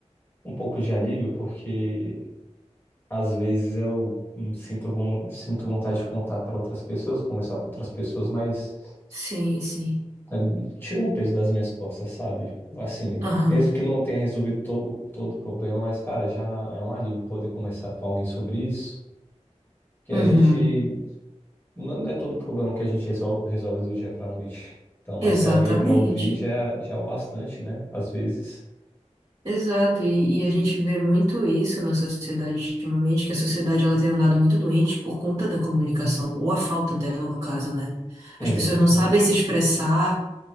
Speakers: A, on the left; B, on the right.
A: um pouco de alívio, porque às vezes eu hum, sinto, von- sinto vontade de contar para outras pessoas, conversar com outras pessoas, mas
B: Sim, sim.
A: é, tira um peso das minhas costas, sabe? Assim,
B: Aham.
A: mesmo que não tenha resolvido to- o- todo o problema, mas, cara, já é um alívio poder conversar com alguém sobre isso, que a
B: Uhum,
A: gente. Não não é todo problema que a gente resol- resolve do dia pra noite. Então, mas
B: exatamente,
A: ter alguém pra ouvir já, é, já é o bastante, né? Às vezes.
B: exato, e, e a gente vê muito isso na sociedade ultimamente, que a sociedade ela tem andado muito doente por conta da comunicação, ou a falta dela no caso, né?
A: Exatamente.
B: As pessoas não sabem se expressar,